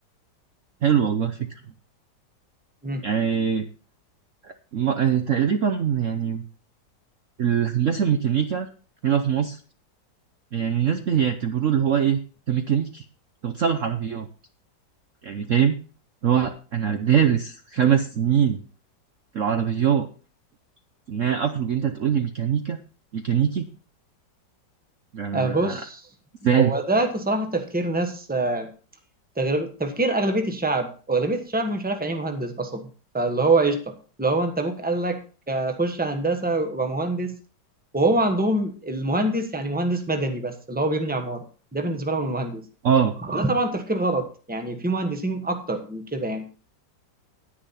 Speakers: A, on the right; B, in the centre.
A: حلو والله فكرة
B: مم.
A: يعني ما- آه، تقريبا يعني الهندسة الميكانيكا هنا في مصر يعني الناس بيعتبروه اللي هو إيه أنت ميكانيكي أنت بتصلح عربيات يعني فاهم اللي هو أنا دارس خمس سنين في العربيات إن أنا أخرج أنت تقول لي ميكانيكا ميكانيكي ده أنا
B: آه، بص
A: إزاي
B: هو ده صراحه تفكير ناس آه، تغرب- تفكير اغلبيه الشعب واغلبيه الشعب مش عارف يعني ايه مهندس اصلا فاللي هو قشطه اللي هو انت ابوك قال لك آه، خش هندسه وابقى مهندس وهو عندهم المهندس يعني مهندس مدني بس اللي هو بيبني عماره ده بالنسبه لهم المهندس
A: أه
B: وده طبعا تفكير غلط يعني في مهندسين اكتر من كده يعني